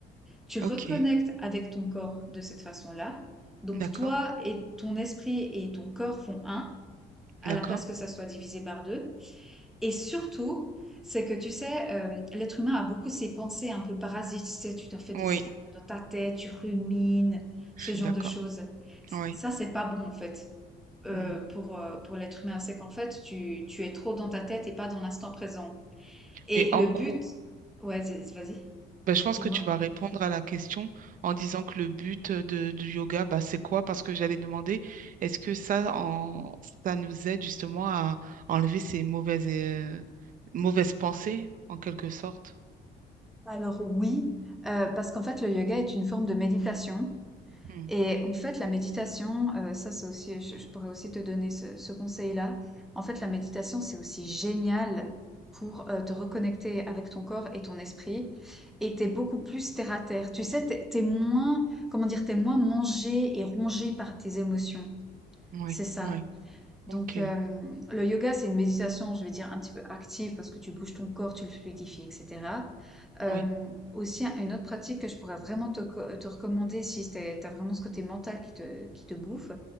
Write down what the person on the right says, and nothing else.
Ok.
D'accord.
D'accord.
Oui,
je
suis
d'accord.
Oui.
Hmm.
Mais en
cours.
Ben, je pense
que tu vas répondre à la question en disant que le but de, du yoga, bah c'est quoi? Parce que j'allais demander, est-ce que ça, en, ça nous aide justement à enlever ces mauvaises, euh, mauvaises pensées, en quelque sorte?
Hmm,
Oui,
oui,
ok,
oui,